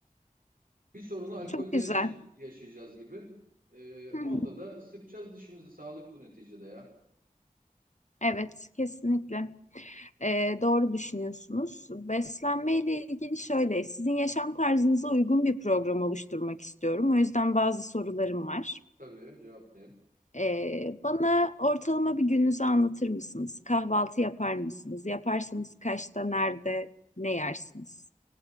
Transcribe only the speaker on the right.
Bir sorunu alkolde
yaşay- yaşayacağız gibi. Ee,
onda
da sıkacağız dişimizi. Sağlık bu neticede ya.
Tabii cevaplayayım.